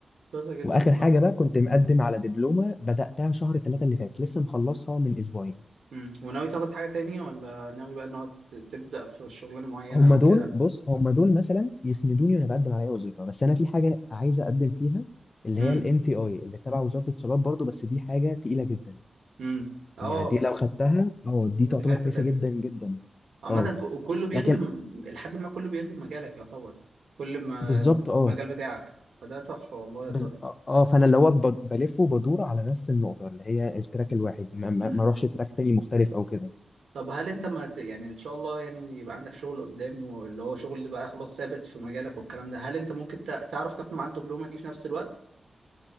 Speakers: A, on the right (about 80°); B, on the left (about 35°).
A: شاطر جدا
B: وآخر
A: والله
B: حاجة بقى كنت مقدم على دبلومة بدأتها شهر ثلاثة اللي فات لسه مخلصها من أسبوعين
A: مم. وناوي تاخد حاجة تانية ولا ناوي بقى ان هو ت- تبدأ في شغلانة معينة
B: هما
A: او
B: دول
A: كده
B: بص هما دول مثلا يسندوني وأنا بقدم على أي وظيفة بس أنا في حاجة عايز أقدم فيها اللي
A: امم
B: هي ال NTI اللي تبع وزارة الاتصالات برضو بس دي حاجة تقيلة جدا
A: امم اه
B: يعني دي لو خدتها اه دي
A: دي
B: تعتبر
A: في حتة
B: كويسة
A: تانية
B: جدا جدا
A: عامة
B: اه
A: ك- وكله بيخدم
B: لكن
A: لحد ما كله بيخدم مجالك يعتبر كل ما
B: بالظبط اه
A: المجال بتاعك فده تحفة والله يا
B: بز...
A: طارق
B: اه فانا اللي هو ب- بلف وبدور على نفس النقطه اللي هي التراك الواحد ما, ما
A: امم
B: ما اروحش تراك تاني مختلف او كده
A: طب هل انت ما ت... يعني ان شاء الله يعني يبقى عندك شغل قدام واللي هو شغل اللي بقى خلاص ثابت في مجالك والكلام ده هل انت ممكن تع- تعرف تاخد معاه الدبلومة دي في نفس الوقت